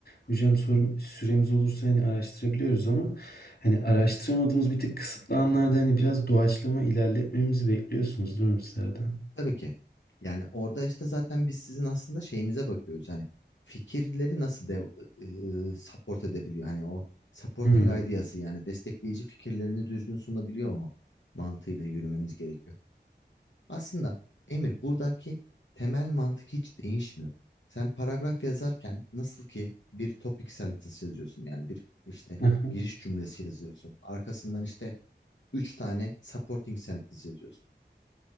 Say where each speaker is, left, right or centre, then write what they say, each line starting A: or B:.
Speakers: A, on the left (about 60°); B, on the left (about 85°).
A: hocam sorum,
B: Hı hı,
A: süremiz olursa hani araştırabiliyoruz ama hani araştıramadığımız
B: hı hı.
A: bir tık kısıtlı anlarda hani biraz doğaçlama ilerletmemizi bekliyorsunuz değil mi sizlerden?
B: Tabii ki. Yani orada işte zaten biz sizin aslında şeyinize bakıyoruz. Hani fikirleri nasıl de, e, support edebiliyor? Hani o supporting
A: Hmm.
B: ideası yani destekleyici fikirlerini düzgün sunabiliyor mu? Mantığıyla yürümeniz gerekiyor. Aslında Emir buradaki temel mantık hiç değişmiyor. Sen paragraf yazarken nasıl ki bir topic sentence yazıyorsun yani bir işte
A: <laughs> Hı hı,
B: giriş cümlesi yazıyorsun. Arkasından işte üç tane supporting sentence yazıyorsun.